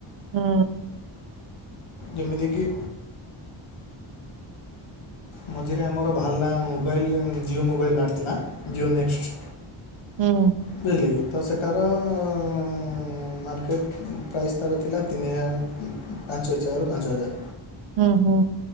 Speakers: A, on the right (about 60°); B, on the left (about 70°).
A: ହୁଁ
B: ଯେମିତିକି ମଝିରେ ଆମର ବାହାରିଲା ମୋବାଇଲ୍ ଜିଓ ମୋବାଇଲ୍ ବାହାରିଥିଲା, ଜିଓ ନେକ୍ସଟ୍।
A: ହୁଁ।
B: <unintelligible> ତ ସେଟାର ଉଁ ମାର୍କେଟ୍ ପ୍ରାଇସ୍ ତାର ଥିଲା ତିନିଆ ପାଞ୍ଚ ହଜାରରୁ ପାଞ୍ଚ ହଜାର।
A: ହୁଁ ହୁଁ।